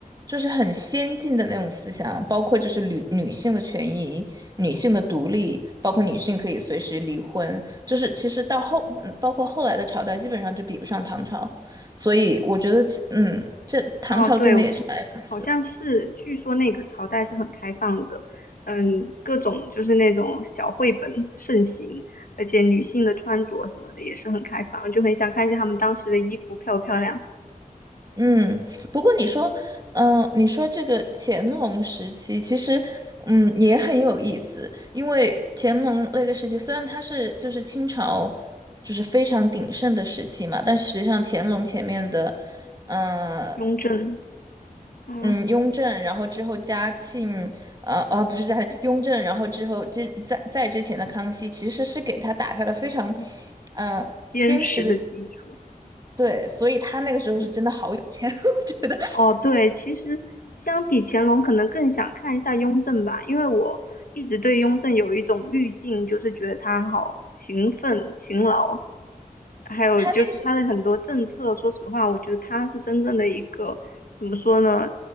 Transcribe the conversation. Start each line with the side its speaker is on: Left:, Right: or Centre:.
Right: 就是很先进的那种思想，包括就是女女性的权益、女性的独立，包括女性可以随时离婚，就是其实到后，嗯包括后来的朝代基本上就比不上唐朝。所以我觉得，嗯，这唐朝真的也是白有意思
Left: 啊，对，我好像是，据说那个朝代是很开放的，嗯，各种就是那种小绘本盛行。而且女性的穿着什么的也是很开放，就很想看一下她们当时的衣服漂不漂亮。
Right: 嗯，不过你说，嗯、你说这个乾隆时期，其实，嗯，也很有意思，因为乾隆那个时期，虽然它是就是清朝，就是非常鼎盛的时期嘛，但实际上乾隆前面的，呃，
Left: 雍正，嗯，
Right: 嗯，雍正，然后之后嘉庆，呃，呃，不是嘉庆，雍正，然后之后之在在之前的康熙，其实是给他打下了非常，
Left: 嗯
Right: 呃，
Left: 坚实的基础，
Right: 坚实的。对，所以他那个时候是真的好有钱，
Left: 嗯，
Right: <laughs> 我觉得
Left: 哦，对，其实相比乾隆，可能更想看一下雍正吧，因为我一直对雍正有一种滤镜，就是觉得他好勤奋、勤劳，还有就是他的很多政策，
Right: 他那个是，
Left: 说实话，我觉得他是真正的一个怎么说呢？